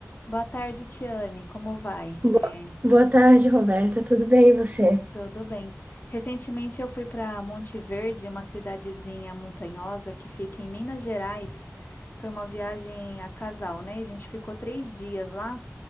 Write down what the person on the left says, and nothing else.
Boa tarde, Tiane. Como vai?
É,
tudo bem. Recentemente eu fui para Monte Verde, uma cidadezinha montanhosa que fica em Minas Gerais. Foi uma viagem a casal, né? A gente ficou três dias lá.